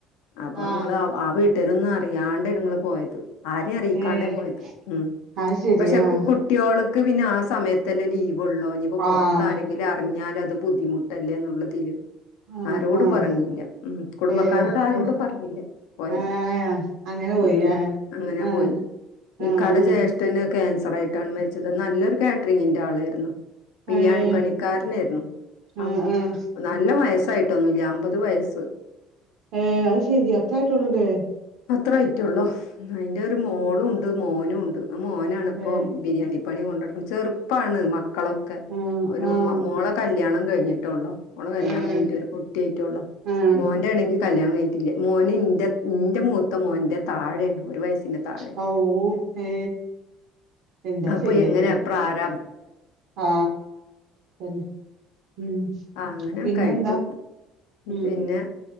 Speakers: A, on the left (about 85°); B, on the right (about 75°).
A: അപ്പൊ
B: ആഹ്
A: അമ്മള് ആ വിട്ടാരൊന്ന് അറിയാണ്ടനു നങ്ങൾ പോയത് ആരെയും അറിയിക്കാണ്ടേ
B: ഏഹ്
A: പോയത് ഉം
B: അത് ശരി
A: പക്ഷെ
B: ആഹ്
A: കു കുട്ടീൾ ക്ക് പിന്നെ ആ സമയത്തല്ല ലീവ് ഉള്ളോ ഇനിപ്പോ പുറത്ത
B: ആഹ്
A: ആരെങ്കിലും അറിഞ്ഞാലത് അത് ബുദ്ധിമുട്ടല്ലേ ന്നുള്ളതില്
B: ആഹ്
A: ആരോടും
B: ആഹ്
A: പറഞ്ഞില്ല ഉം കുടുംബക്കാരോട്
B: ഏഹ്
A: ആരോടും
B: ഏഹ്
A: പറഞ്ഞില്ല. പോയത്
B: ആഹ് അങ്ങനെ പോയി
A: ഉം
B: ആഹ്
A: അങ്ങനെ
B: ആഹ്
A: പോയി.
B: ആഹ്
A: ഇക്കാടെ
B: ആഹ്
A: ജ്യേഷ്ഠന് ക്യാൻസർ ആയിട്ടാണ് മരിച്ചത് നല്ലൊരു കാറ്ററിങ്ങിൻന്റെ ആളായിരുന്നു. ബിരിയാണി
B: ഏഹ്
A: പണിക്കാരനായിരുന്നു ആ
B: ആഹ് ആഹ്
A: നല്ല വയസ് സായിട്ടൊന്നുല്ല അമ്പത് വയസ്.
B: ഏ അത് ശരി അത്തറായിട്ടള്ളൂലേ.
A: അത്രആയിറ്റള്ളൂ അയിന്റെ ഒരു മോളും ഉണ്ട് മോനും ഉണ്ട് ആ മോനാണ് ഇപ്പോ
B: ഏഹ്
A: ബിരിയാണി പ്പണി കൊണ്ടടക്ക്ണ് ചെറുപ്പാണ് മക്കളൊക്കെ
B: ആഹ്
A: ഒരു
B: ആഹ്
A: മോളെ കല്യാണം കഴിഞ്ഞിട്ടുള്ളു. മോളെ കല്യാണം
B: ഏഹ്
A: കഴിഞ്ഞിട്ട് ഒരു കുട്ടിയായിട്ടുള്ളു
B: ആഹ്
A: മോന്റെ ആണെങ്കി കല്യാണം കഴിഞ്ഞിട്ടില്ല. മോന് ഇന്റെ ഇന്റെ മൂത്ത മോൻന്റെ താഴെഉള്ളു ഒരു വയസിന് താഴെ
B: ഔ ഏ എന്താ
A: അപ്പൊ
B: ചെയ്യല്
A: എങ്ങനെ പ്രാര
B: ആ തന്നെ. ഉം
A: ആ അങ്ങനെക്കായിട്ട്
B: പിന്നെന്താ ഉം
A: പിന്നെ.